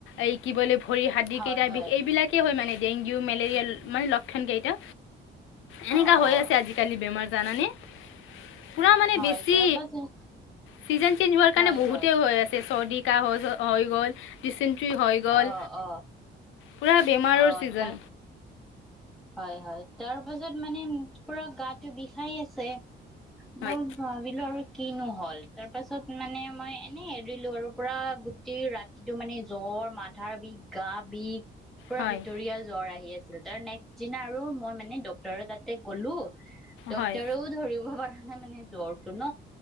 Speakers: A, on the left (about 85°); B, in the centre.
A: এই কি বলে ভৰি, হাডীকেইটাৰ
B: হয় হয়
A: বিষ এইবিলাকেই হয় মানে ডেংগো - মেলেৰিয়া ল মানে লক্ষণকেইটা, এনেকা
B: অ
A: হৈ
B: অ
A: আছে আজিকালি বেমাৰ জানানে? পুৰা মানে
B: হয়
A: বেছি,
B: তাৰ পাছত
A: ছিজন চেঞ্জ হোৱাৰ
B: হয়
A: কাৰণে বহুতে
B: হয়
A: হৈ আছে চৰ্দি কাঁহ হ য হৈ গ'ল, ডিচেণ্ট্ৰি হৈ গ'ল
B: অ অ
A: পূৰা বেমাৰৰ
B: অ
A: ছিজন।
B: তাৰ হয় হয় তাৰ পিছত মানে পুৰা গাত টো বিষায় আছে,
A: হয়
B: মই ভাবিলো আৰু কিনো হ'ল। তাৰ পাছত মানে মই এনেই এৰিলো আৰু পুৰা গুটেই ৰাতিটো মানে জ্বৰ, মাথাৰ বিষ, গা বিষ পুৰা
A: হয়
B: ভিতৰীয়া জ্বৰ আহি আছিল তাৰ নে চিনা আৰু মই মানে ডক্টৰৰ তাতে গ'লো, ডক্টৰ
A: হয়
B: ৰো ধৰিব পাৰা নাই মানে জ্বৰটো ন,